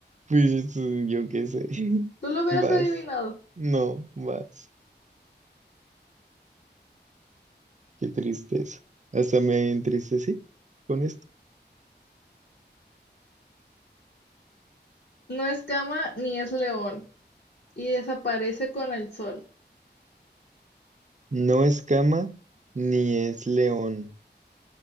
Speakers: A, on the right; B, on the left.
A: Pues eso, yo qué sé. <laughs>
B: Tú lo hubieras
A: Vas.
B: adivinado.
A: No, vas. Qué tristeza. Hasta me entristecí con esto.
B: No es cama ni es león, y desaparece con el sol,
A: No es cama ni es león